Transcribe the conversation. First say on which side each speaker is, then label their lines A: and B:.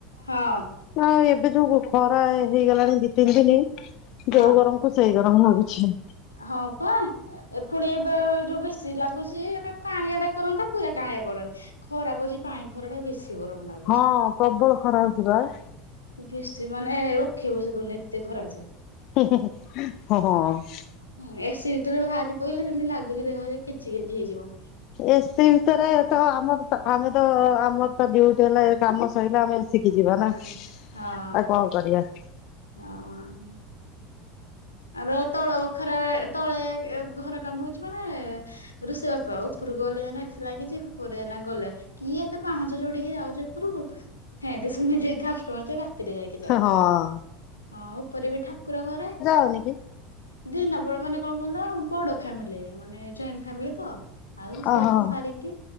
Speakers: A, on the left (about 85°); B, on the left (about 50°).
A: ହଁ
B: ହାଁ ଏବେ ଯୋଉ ଖରା ହେ ହେଇ ଗଲାଣି ଦୁଇ ତିନି ଦିନି ଯୋଉ
A: ହଁ
B: ଗରମକୁ, ସେଇ ଗରମ ଲାଗୁଛି,
A: ହଁ ପା, ଏ ପୁଣି ଏବେ ଜୁ ବେଶି ଲାଗୁଛି ଏକା କାଣିଆ କରନ୍ତା ପୁରା କାଣିଆ ଖରାରେ, ଖରା କରୁଛି ଏ ପାଣି ଖରା ଟା ବେଶି, କି ଗରମ୍ ନାଉ,
B: ହଁ ପ୍ରବଳ ଖରା ହେଉଛି ବାଏ,
A: ବେଶି ମାନେ ରଖେଇ ବସେଇ ଦେଉନି ଏତେ ଖରା ଯେ,
B: ହୁଁ-ହୁଁ-ହୁଁ ହଁ-ହଁ-ହଁ,
A: ହୁଁ ଏସି ଭିତରୁ ବାହାରି ପଢ଼ିଲେ ଜେମିତି ଲାଗୁଛି ଦେହ ରେ କେଞ୍ଚୀ କେଞ୍ଚୀ ହେଇ ଯିବ,
B: ଏସି ଭିତରେ ତ ଆମର ତ ଆମେ ତ ଆମର୍ ତୋ ଡିୟୁଟି ହେଲା କାମ ସରିଲା
A: ହଁ
B: ଆମେ ଏସି କି ଯିବା ନା ଆଉ
A: ହଁ।
B: କଁ କରିବା,
A: ହଁ, ଆର ତଳ ବଖରା ରେ ତଳେ ଏ ଘର କାମ ହେଉଛି ମାନେ, ରୋଷେଇ ବାସ ଉପରକୁ ଗଲେ ଏଇନା ଏସି ଲାଗିଛି ଉପରେ ଏଇନା ଗଲେ, କିଏ ଏତେ ପାହାଞ୍ଚ ଚୋଡ଼ିକି ଯାଉଛି ଉପରକୁ <unintelligible> ରାତି ରେ ଯାଇକି ଯାଉଛୁ
B: ହଁ।
A: ହଁ ଉପରେ ବି ଠାକୁର ଘରେ,
B: ହଁ <unintelligible>
A: ଦିନ ବେଳେ ମାନେ କଣ କହିଲ ବଡ଼ ଫେମିଲି ମାନେ ଜଏଣ୍ଟ୍ ଫେମିଲି ତ, ଆଉ ରୋଷେଇ
B: ଓହୋ
A: ବାସ ସାରିକି